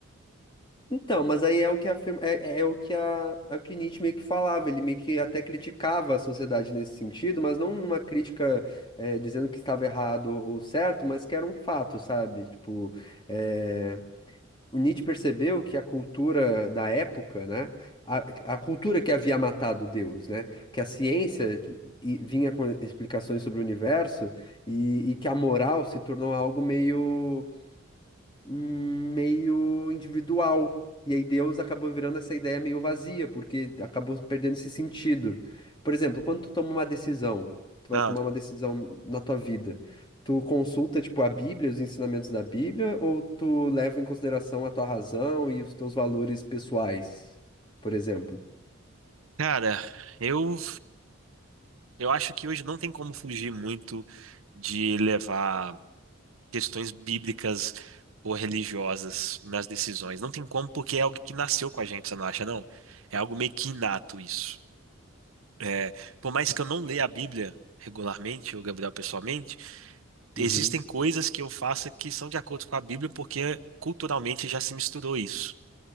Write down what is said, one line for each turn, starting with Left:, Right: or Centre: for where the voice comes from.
Left: Então, mas aí é o que afirma, é, é o que a, é o que Nietzsche meio que falava, ele meio que até criticava a sociedade nesse sentido, mas não uma crítica eh, dizendo que estava errado ou certo, mas que era um fato, sabe? Tipo, eh, o Nietzsche percebeu que a cultura da época, né? A, a cultura que havia matado Deus, né? Que a ciência tipo, e- vinha com explicações sobre o universo e, e que a moral se tornou algo meio meio individual. E aí Deus acabou virando essa ideia meio vazia, porque acabou perdendo esse sentido. Por exemplo, quando tu toma uma decisão, tu vai
Right: Ah,
Left: tomar uma decisão na tua vida, tu consulta, tipo, a Bíblia, os ensinamentos da Bíblia, ou tu leva em consideração a tua razão e os teus valores pessoais, por exemplo?
Right: cara, eu eu acho que hoje não tem como fugir muito de levar questões bíblicas ou religiosas nas decisões. Não tem como, porque é algo que nasceu com a gente, você não acha, não? É algo meio que inato isso. É, por mais que eu não leia a Bíblia regularmente, ou Gabriel pessoalmente,
Left: Uhum,
Right: existem coisas que eu faço que são de acordo com a Bíblia, porque culturalmente já se misturou isso.